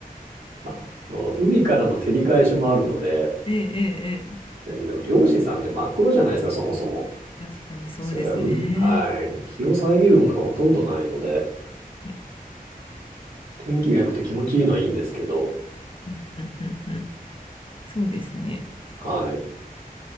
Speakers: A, on the right; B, on the left.
A: あそう海からの照り返しもあるので、
B: ええ、ええ、ええ。
A: でも、でも漁師さんって真っ黒じゃないですか、そもそも。
B: 確かにそうですね。
A: そりゃう、はい。日を遮るものがほとんどないので、
B: はい
A: 天気が良くて気持ちいいのはいいんですけど、
B: うん、うん、うん、うん。そうですね。
A: はい。